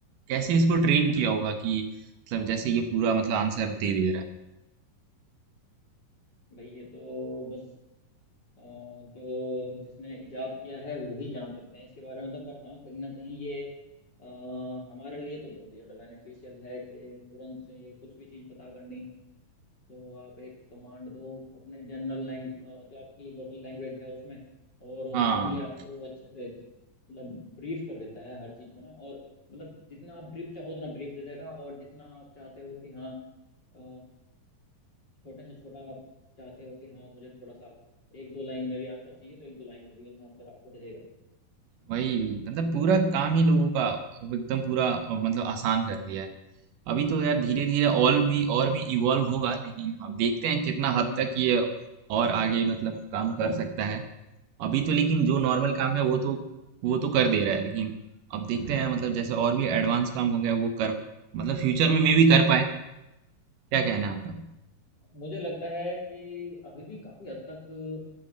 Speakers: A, on the right (about 75°); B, on the left (about 30°).
A: कैसे इसको ट्रेन किया होगा कि मतलब जैसे ये पूरा मतलब आंसर दे दे रहा है
B: भाई ये तो बस अ, जो जिसने इजाद किया है वो ही जान सकते हैं इसके बारे में तो पर हाँ कहीं ना कहीं ये अ, हमारे लिए तो बहुत ही ज़्यादा बेनिफिशियल है कि तुरंत से कुछ भी चीज़ पता करनी हो तो आप एक कमांड दो अपने जनरल लैंग अ, जो आपकी लोकल लैंग्वेज है उसमें और उसी
A: हाँ
B: में ही आपको अच्छे से मतलब ब्रीफ कर देता है हर चीज़ को ना और मतलब जितना आप ब्रीफ चाहो उतना ब्रीफ दे देगा और जितना आप चाहते हो कि हाँ अ, छोटे से छोटा आप चाहते हो कि हाँ मुझे थोड़ा सा एक दो लाइन में भी आंसर चाहिए तो एक दो लाइन में भी आंसर आपको दे देगा
A: वही मतलब पूरा काम ही लोगों का एकदम पूरा अ, मतलब आसान कर दिया है अभी तो यार धीरे धीरे और भी और भी इवॉल्व होगा लेकिन अब देखते हैं कितना
B: हम्म
A: हद तक ये और आगे मतलब काम कर सकता है अभी तो लेकिन जो नॉर्मल काम है वो तो वो तो कर दे रहा है लेकिन अब देखते हैं मतलब जैसे और भी एडवांस काम हो गया वो कर मतलब फ्यूचर में मे भी कर पाए क्या कहना है आपका
B: मुझे लगता है कि अभी भी काफ़ी हद तक